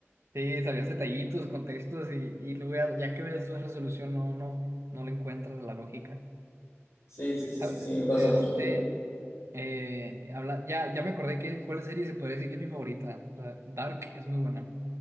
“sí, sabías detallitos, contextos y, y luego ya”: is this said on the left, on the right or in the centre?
Right